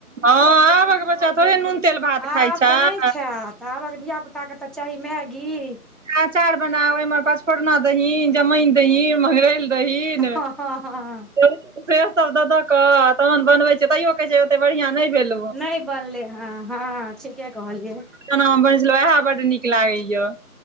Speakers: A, on the right; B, in the centre.
A: हँ आबक बच्चा थोड़े नून तेल भात खाइत
B: आब
A: छै
B: नहि खायत तऽ आबक धियापुताके तऽ चाही मैगी
A: अचार बना ओहि में पचफोरना दही जमाइन दही मगरैल हीन
B: हँ हँ हँ
A: से सब दऽ दऽक तहन बनबै छ तैयो कहै छै ओते बढ़ियां नहि भेल
B: नहि बनले हँ हँ ठीके कहलियै
A: बन छलहु वह बड नीक लागैया